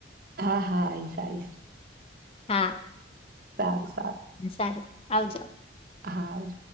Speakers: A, on the right; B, on the left.
A: હા હા આ સાઇસ <unintelligible>
B: હા
A: સાર
B: સારું આવજો
A: હા આવજો